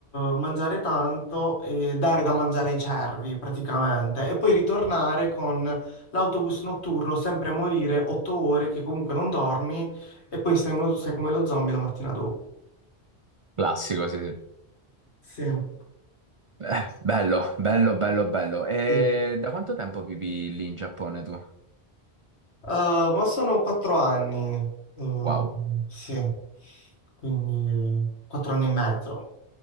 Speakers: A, on the left; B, on the right.
A: mangiare tanto e dare da mangiare ai cervi praticamente, e poi ritornare con l'autobus notturno, sempre a morire, otto ore che comunque non dormi, e poi sei, uno- sei come lo zombie la mattina dopo.
B: classico, sì, sì.
A: Sì. Eh,
B: Eh, bello, bello, bello, bello. E
A: Sì.
B: da quanto tempo vivi lì in Giappone tu?
A: Uh, ma sono quattro anni, eh,
B: Wow,
A: sì, quindi quattro anni e mezzo.